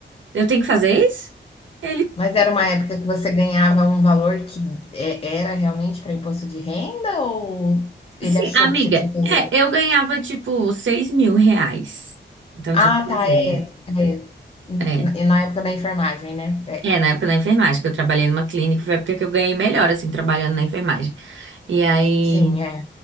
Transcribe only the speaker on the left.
Mas era uma época que você ganhava um valor que é- era realmente para imposto de renda ou ele
achou
que você tinha que fazer?
Ah,
tá, é,
é.
Na na época da enfermagem, né? É,
sim, é.